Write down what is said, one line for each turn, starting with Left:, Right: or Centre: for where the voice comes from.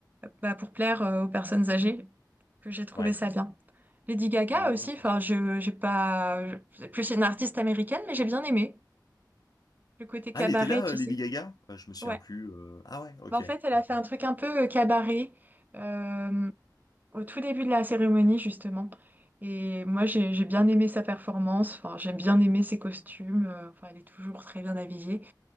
Right: bah, pour plaire euh, aux personnes âgées, que j'ai trouvé
Left: ouais.
Right: ça bien. Lady Gaga
Left: Non,
Right: aussi,
Left: non, c'est
Right: enfin,
Left: sûr.
Right: je, j'ai pas, je- c'est plus une artiste américaine, mais j'ai bien aimé. Le côté cabaret,
Left: Ah, elle était là,
Right: tu
Left: euh, Lady
Right: sais.
Left: Gaga? Euh, je me souviens
Right: Ouais.
Left: plus. euh, Ah ouais, ok,
Right: Bah, en fait, elle
Left: d'accord.
Right: a fait un truc un peu euh, cabaret euh, au tout début de la cérémonie, justement. Et moi, j'ai j'ai bien aimé sa performance. Enfin, j'ai bien aimé ses costumes. Euh, Enfin, elle est toujours très bien habillée.